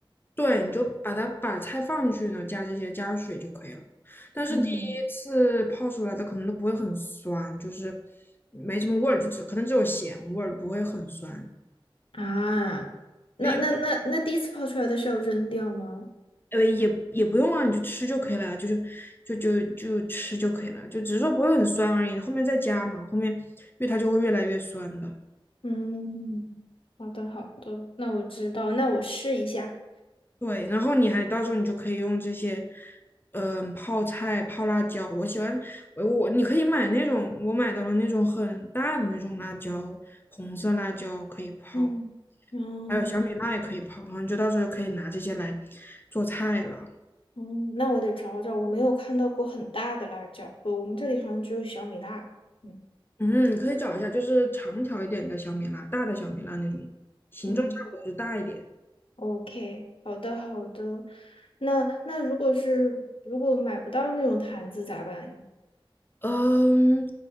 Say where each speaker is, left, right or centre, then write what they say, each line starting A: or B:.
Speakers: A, on the left; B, on the left.
A: 对，你就把它把菜放进去，呢，加这些加水就可以了。但是第一次泡出来的可能都不会很酸，
B: 嗯，
A: 就是没什么味儿，就只可能只有咸味儿，不会很酸。
B: 啊，那那那那第一次泡出来的是要扔掉吗？
A: 因为呃也也不用啊，你就吃就可以了呀，就是就就就吃就可以了，就只是说不会很酸而已。后面再加嘛，后面因为它就会越来越酸的。
B: 嗯，好的好的，那我知道，那我试一下。
A: 对，然后你还到时候你就可以用这些，嗯，泡菜、泡辣椒。我喜欢我我你可以买那种，我买到了那种很大的那种辣椒，红色辣椒可以泡，
B: 嗯。哦，
A: 还有小米辣也可以泡。然后你就到时候就可以拿这些来做菜了。
B: 哦，那我得找找，我没有看到过很大的辣椒，我我们这里好像只有小米辣。嗯
A: 嗯，可以找一下，就是长条一点的小米辣，大的小米辣那种，形状差不多就大一点。
B: 嗯，OK，好的好的。那那如果是如果买不到那种坛子咋办呀？
A: 嗯，